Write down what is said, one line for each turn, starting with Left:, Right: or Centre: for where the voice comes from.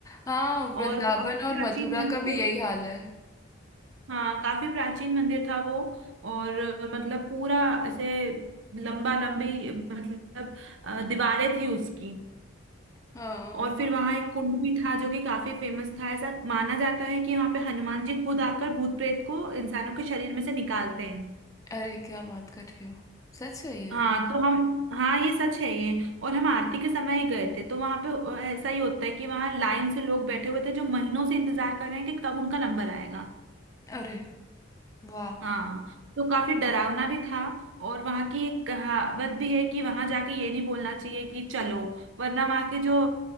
Left: हाँ वृंदावन
Right: और काफी
Left: और
Right: प्राचीन
Left: मथुरा
Right: मंदिर
Left: का भी यही हाल है
Right: हाँ काफी प्राचीन मंदिर था वो और मतलब पूरा ऐसे लंबा लंबी मतलब अ, दीवारें थी उसकी
Left: हाँ
Right: और फिर वहां एक कुंड भी था जो कि काफी फेमस था ऐसा माना जाता है कि वहां पे हनुमान जी खुद आकर भूत प्रेत को इंसानों के शरीर में से निकालते हैं
Left: अरे क्या बात कर रही हो सच है ये
Right: हाँ तो हम हाँ ये सच है ये और हम आरती के समय ही गए थे तो वहां पे ऐसा ही होता है कि वहां लाइन से लोग बैठे हुए थे जो महीनों से इंतजार कर रहे हैं कि कब उनका नंबर आएगा
Left: अरे वाह
Right: हाँ तो काफी डरावना भी था और वहां की एक कहावत भी है कि वहां जाके ये नहीं बोलना चाहिए कि चलो वरना वहां की जो